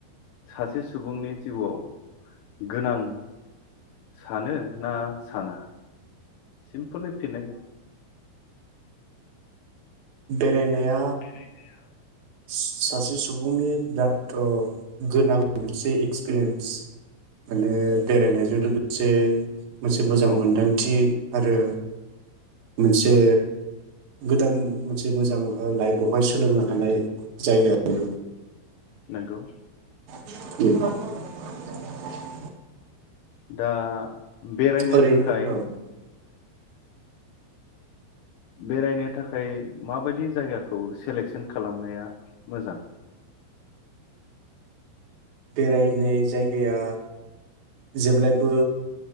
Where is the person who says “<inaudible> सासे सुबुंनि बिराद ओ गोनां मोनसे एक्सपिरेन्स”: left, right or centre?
Right